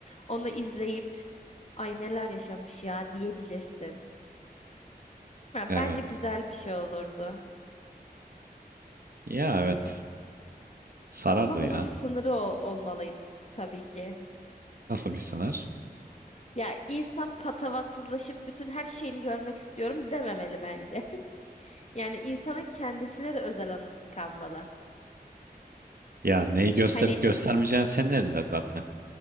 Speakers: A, on the left (about 40°); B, on the right (about 65°).
A: Onu izleyip ay neler yaşamış ya diyebilirsin. Yani
B: Evet
A: bence güzel bir şey olurdu.
B: ya evet sarardı
A: Ama bunun
B: ya
A: bir sınırı ol- olmalı tabii ki.
B: nasıl bir sınır?
A: Ya insan patavatsızlaşıp bütün her şeyini görmek istiyorum dememeli bence. <laughs> Yani insanın kendisine de özel anısı kalmalı.
B: Ya neyi gösterip
A: Hani
B: göstermeyeceğin senin elinde zaten.